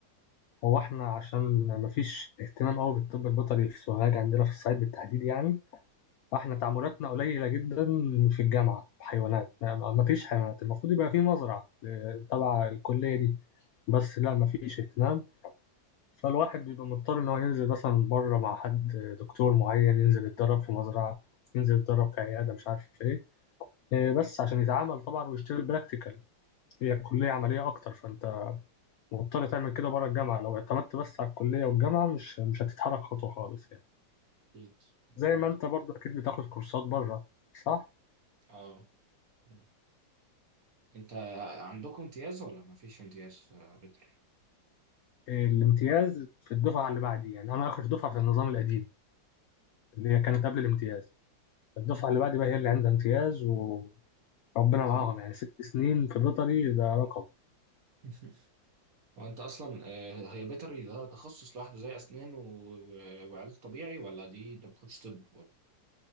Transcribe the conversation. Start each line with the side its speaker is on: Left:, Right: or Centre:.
Left: هو احنا عشان مفيش اهتمام قوي بالطب البيطري في سوهاج عندنا في الصعيد بالتحديد يعني فاحنا تعاملاتنا قليلة جدا في الجامعة في حيوانات ما ما- مفيش حيوانات المفروض يبقى في مزرعة آه، تبع الكلية دي بس لا مفيش اهتمام فالواحد بيبقى مضطر ان هو ينزل مثلا بره مع حد آه، دكتور معين ينزل يتدرب في مزرعة ينزل يتدرب في عيادة مش عارف ايه آه، بس عشان يتعامل طبعا ويشتغل براكتيكال هي كلية عملية أكتر فأنت مضطر تعمل كده بره الجامعة لو اعتمدت بس على الكلية والجامعة مش مش هتتحرك خطوة خالص يعني
Right: أكيد
Left: زي
Right: أكيد
Left: ما انت برضه اكيد بتاخد كورسات بره صح؟
Right: أه مم. أنت عندكم امتياز ولا ما فيش امتياز في بيطري؟
Left: الامتياز في الدفعة اللي بعدي يعني انا اخر دفعة في النظام القديم اللي هي كانت قبل الامتياز الدفعة اللي بعدي بقى هي اللي عندها امتياز وربنا
Right: هو
Left: معاهم
Right: أنت
Left: يعني ست سنين في بيطري ده رقم
Right: <laughs> هو أنت أصلا آه، هي بيطري ده تخصص لوحده زي أسنان و... و- وعلاج طبيعي ولا دي أنت ما بتاخدش طب؟ ولا-